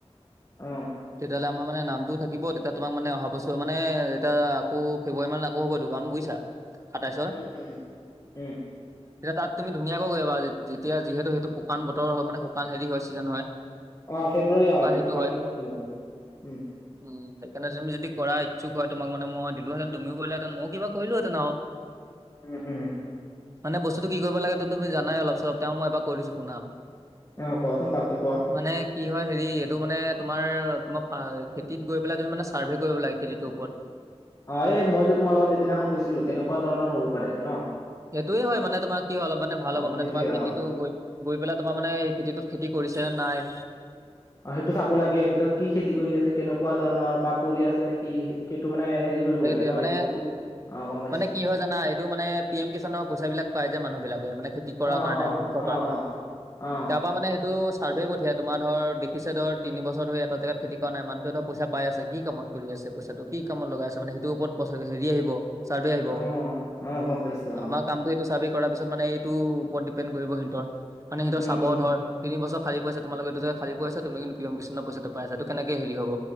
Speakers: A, on the left; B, on the right.
A: অ
B: তেতিয়াহলে আমাৰ মানে নামটোত থাকিব, তেতিয়া তোমাক মানে অহা বছৰ মানে এতিয়া আকৌ ফেব্ৰুৱাৰী মানত আকৌ হ'ব এইটো কাম বুইছা? সাতাইছৰ।
A: উম উম উম
B: তেতিয়া তাত তুমি ধুনীয়াকৈ কৰিব পাৰা, যেতিয়া যিহেতু সেইটো শুকান বতৰ হয় মানে শুকান হেৰি হয় ছিজেন হয়।
A: অ', ফেব্ৰুৱাৰী অ', এইটো
B: ঋতু
A: শুকান
B: হয়
A: ছিজন, উম।
B: উম, সেইকাৰনে তুমি যদি কৰা ইচ্ছুক হয় তোমাক মানে মই দিলোহেতেন তুমিওঁ কৰিলাহেতেন মইওঁ কিবা কৰিলোহেঁতেন আওঁ। <inaudible>
A: উম-উম
B: মানে বস্তুটো কি কৰিব লাগে টো তুমি জানাই অলপ - চলপ তেওঁ মই এবাৰ কৈ দিছো শুনা
A: অহ, কোৱাচোন ভালকে কোৱা?
B: মানে কি হয় হেৰি এইটো মানে তোমাৰ-তোমাৰ <unintelligible> খেতিত গৈ পেলাই তুমি মানে চাৰভে কৰিব লাগে খেতিতোৰ ওপৰত।
A: অ, এই মইযে তোমাৰ লগত এদিনাখন গৈছিলো তেনেকুৱা ধৰণৰ হ'ব পাৰে ন?
B: সেইটোৱে হয় মানে তোমাৰ কি হয় অলপ মানে ভাল
A: অ
B: হ'ব
A: সেইটোয়ে
B: তোমাৰ খেতিটো
A: অ
B: গৈ গৈ পেলাই তোমাৰ মানে এই খেতিটোত খেতি কৰিছে নে নাই
A: অ, সেইটো চাব লাগে পিছত কি খেতি কৰি আছে কেনেকুৱা ধৰণৰ বা পৰি আছে নে কি সেইটো মানে হেৰি দিব
B: সেইটোয়ে
A: লাগে ন'
B: মানে
A: ৰিপৰ্টটো অহ, গম পাই
B: মানে কি হয় জানা এইটো মানে পি এম কিষাণৰ পইচা বিলাক পাই যে মানুহ বিলাকে মানে খেতি কৰাৰ
A: অ
B: কাৰণে
A: অ
B: চৰকাৰৰ
A: অ
B: পা
A: অ অ
B: তাৰপা মানে সেইটো চাৰভে পঠিয়াই তোমাৰ ধৰ দেখিছে ধৰ তিন বছৰ ধৰি এটা জেগাত খেতি কৰা নাই মানুহটোৱে ধৰ পইচা পাই আছে কি কামত কৰি আছে পইচাটো কি কামত লগাইছে তাৰমানে সেইটোৰ ওপৰত পচেচ হেৰি আহিব চাৰ্ভে আহিব
A: অ অ গম পাইছো অ
B: আমাক কামটো এইটো চাৰ্ভে কৰাৰ পিছত মানে এইটো ওপৰত ডিপেণ্ড কৰিব হিন্তৰ মানে সিহঁতে
A: উম
B: চাব
A: উম
B: ধৰ তিনি বছৰ খালি পৰি আছে তোমালোকৰ এইটি জেগা খালি পৰি আছে তুমি কিন্তু পি এম কৃষাণৰ পইচাটো পাই আছে এই কেনেকে হেৰি হ'ব।